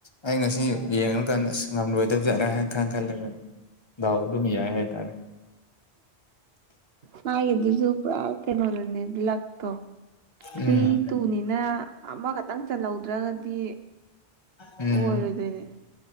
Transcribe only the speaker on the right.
ꯃꯥ ꯑꯗꯨꯁꯨ ꯄꯨ꯭ꯔꯥ ꯀꯦꯅꯣꯗꯅꯤ ꯏ ꯂꯥꯛꯇꯣ ꯊ꯭ꯔꯤ
ꯇꯨꯅꯤꯅ ꯑꯃꯈꯛꯇꯪ ꯆꯜꯍꯧꯗ꯭ꯔꯒꯗꯤ
ꯑꯣꯏꯔꯣꯏꯗꯣꯏꯅꯦ